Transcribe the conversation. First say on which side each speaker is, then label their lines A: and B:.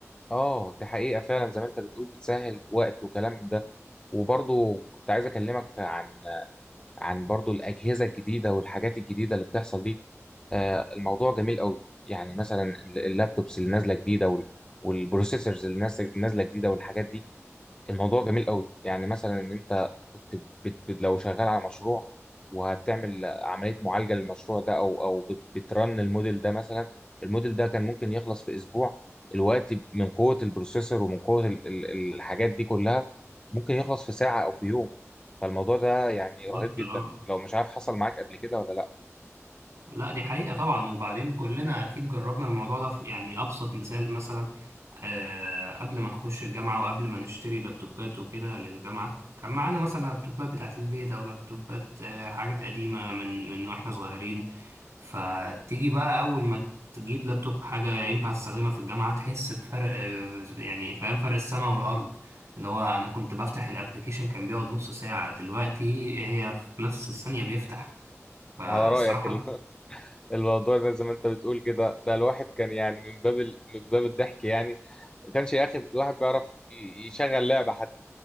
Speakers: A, on the left; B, on the right.
A: اه دي حقيقه فعلا زي ما انت بتقول بتسهل وقت وكلام من ده وبرضو كنت عايز اكلمك عن عن برضو الاجهزه الجديده والحاجات الجديده اللي بتحصل دي آه، الموضوع جميل قوي يعني مثلا ال- اللابتوبس اللي نازله جديده وال- والبروسيسورز اللي نازله نازلة جديده والحاجات دي الموضوع جميل قوي يعني مثلا ان انت كنت بت... بت... لو شغال على مشروع وهتعمل عملية معالجة للمشروع ده او او بت... بترن الموديل ده مثلا الموديل ده كان ممكن يخلص في اسبوع الوقت من قوة البروسيسور ومن قوة ال... ال... الحاجات دي كلها ممكن يخلص في ساعة او في يوم فالموضوع ده يعني
B: بالظبط
A: رهيب جدا
B: آه.
A: لو مش عارف حصل معاك قبل كده ولا لا
B: لا دي حقيقة طبعا وبعدين كلنا أكيد جربنا الموضوع ده في يعني أبسط مثال مثلا آه قبل ما نخش الجامعة وقبل ما نشتري لابتوبات وكده للجامعة كان معانا مثلا لابتوبات بتاعة البيت أو لابتوبات آه حاجات قديمة من من وإحنا صغيرين فتيجي بقى أول ما تجيب لابتوب حاجة ينفع تستخدمها في الجامعة تحس بفرق آه يعني فاهم فرق السماء والأرض اللي هو أنا كنت بفتح الأبليكيشن كان بيقعد نص ساعة دلوقتي هي في نفس الثانية بيفتح
A: <laughs>
B: فالصراحة
A: على رأيك ال- <laughs> الموضوع ده زي ما انت بتقول كده ده الواحد كان يعني من باب ال... من باب الضحك يعني ما كانش يا اخي الواحد بيعرف ي- يشغل لعبة